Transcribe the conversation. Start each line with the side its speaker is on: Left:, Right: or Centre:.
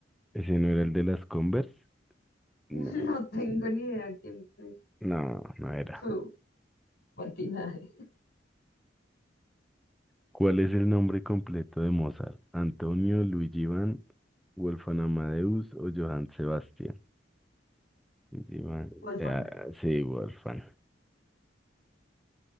Centre: ese no era el de las Converse.
Left: <laughs>
Centre: No,
Left: No tengo ni idea quién es.
Centre: no, no era.
Left: Fu, patinaje.
Centre: ¿Cuál es el nombre completo de Mozart? ¿Antonio, Luigi Van, Wolfgang Amadeus o Johann Sebastian? Luigi Van.
Left: Wolfgang.
Centre: eh, ah, sí, Wolfgang.